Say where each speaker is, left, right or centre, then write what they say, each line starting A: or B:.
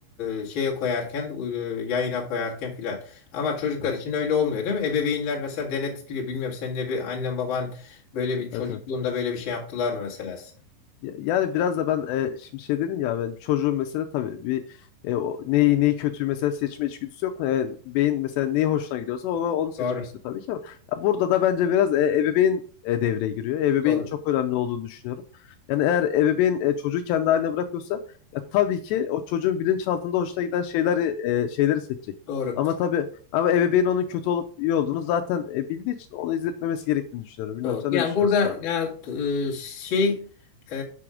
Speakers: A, on the left; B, on the left.
A: e, şeye koyarken, e, yayına koyarken filan. Ama çocuklar
B: Evet.
A: için öyle olmuyor değil mi? Ebeveynler mesela denetliyor. Bilmiyorum senin bir annen baban Böyle bir çocukluğunda
B: Evet evet.
A: böyle bir şey yaptılar mı mesela size?
B: Ya- Yani biraz da ben e, şimdi şey dedin ya ben çocuğun mesela tabii bir e, o, neyi neyi kötü mesela seçme içgüdüsü yok. E, beyin mesela neyi hoşuna gidiyorsa onu onu seçmek
A: Doğru.
B: istiyor tabii ki ama ya burada da bence biraz e, ebeveyn e, devreye giriyor. Ebeveynin
A: Doğru.
B: çok önemli olduğunu düşünüyorum. Yani eğer ebeveyn e, çocuğu kendi haline bırakıyorsa ya tabii ki o çocuğun bilinçaltında hoşuna giden şeyleri e, şeyleri seçecek.
A: Doğru.
B: Ama tabii ama ebeveyn onun kötü olup iyi olduğunu zaten e, bildiği için onu izletmemesi gerektiğini düşünüyorum. Bilmiyorum
A: Doğru.
B: sen
A: Yani
B: ne düşünüyorsun
A: burada
B: abi?
A: ya e, şey e,